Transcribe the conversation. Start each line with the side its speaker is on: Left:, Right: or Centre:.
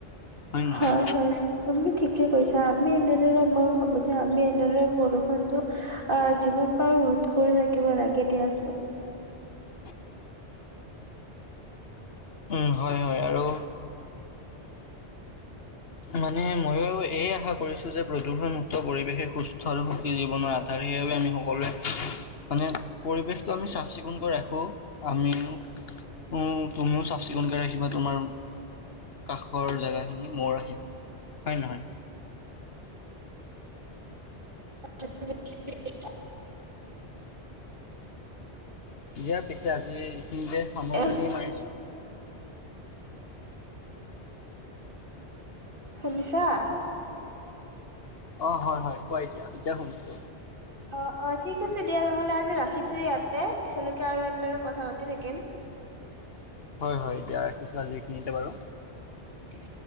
Left: নে নহয়
Right: হয় হয়। তুমি ঠিকে কৈছা আমি এনেদৰে মই ভাবো যে আমি এনেদৰে বৰষুনটো আহ জীৱন পাৰ ৰোধ কৰি থাকিব লাগে দিয়াচোন।
Left: <inaudible> উ হয় হয় আৰু মানে ময়ো এয়ে আশা কৰিছো যে প্ৰদূষণমুক্ত পৰিৱেশে সুস্থ আৰু সুখী জীৱনৰ আধাৰ সেইবাবে আমি সকলোৱে মানে পৰিৱেশটো আমি চাফ চিকুণকৈ ৰাখো, আমিও উম। তুমি চাফ চিকুণকে ৰাখিবা তোমাৰ কাষৰ জেগাখিনি, মইও ৰাখিম হয় নহয়।
Right: <unintelligible>
Left: দিয়াৰ পিছে আজি এইখিনিতে সামৰণি
Right: এ
Left: মাৰিছো।
Right: শুনিছাঁ।
Left: অ', হয় হয় কোৱা এতিয়া এতিয়া শুনিছো।
Right: অ', অ', ঠিক আছে দিয়া নহ'লে আজি ৰাখিছো ইয়াতে পিছলৈকে আৰু এনেৰে কথা পাতি থাকিম।
Left: হয় হয় দিয়া ৰাখিছো আজি এইখিনিতে বাৰু।
Right: এতিয়া